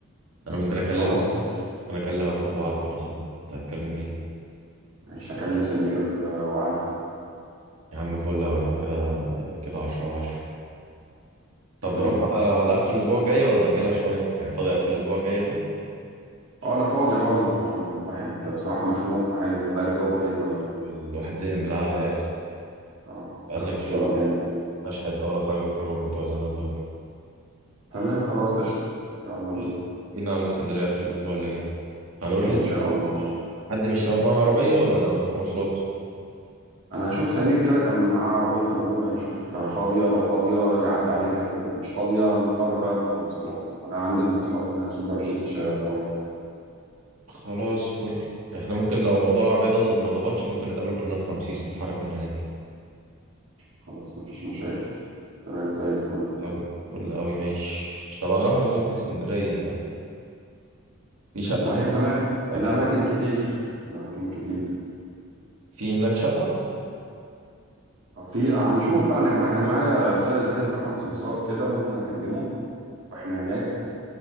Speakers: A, on the right; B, on the right.
A: انا ممكن اكلم
B: خلاص ماشي
A: ممكن اكلم احمد وعبده مثلا انت هتكلم مين
B: ماشي هكلم سمير آه، وعلي
A: يا عم فل اهو احنا كده كده عشرة على عشرة طب
B: تمام
A: نروح على على اخر الاسبوع الجاي ولا نأجلها شوية يعني فاضي اخر الاسبوع الجاي ده
B: اه انا فاضي اه انا يعني الواحد بصراحة مخنوق وعايز اغير جو بأي طريقة
A: والواحد زهق من القعدة يا اخي
B: اه
A: بقالنا
B: ضغط
A: كتير
B: الشغل
A: قوي
B: جامد
A: مش حتة ولا خرجنا خروجه من بتوع زمان دول
B: تمام خلاص قشطة يلا بينا
A: خلاص بقى. بينا على اسكندرية اخر الاسبوع اللي جاي هنروح
B: ان
A: ازاي
B: شاء الله
A: طيب؟ حد من الشباب معاه عربية ولا هنروح مواصلات
B: انا هشوف سمير كده كان معاه عربية ابوه هيشوف فاضية لو فاضية يعدي علينا ياخدنا مش فاضية نضطر بقى نروح مواصلات انا عندي المواصلات هنا سوبر جيت شغال كويس
A: خلاص فل احنا ممكن لو موضوع العربية ده ما ظبطش ممكن نتقابل كلنا في رمسيس نتحرك من هناك
B: خلاص مفيش مشاكل تمام زي الفل
A: أوي فل أوي ماشي طبعا نروح على فين في اسكندرية في شقة
B: والله الاماكن
A: بتاعت
B: الاماكن
A: حلقة
B: كتير الاماكن كتير
A: في هناك شقة
B: في هنشوف بقى انا كما كان معايا السنة اللي فاتت رقم سمسار كده ممكن اكلمه واحنا هناك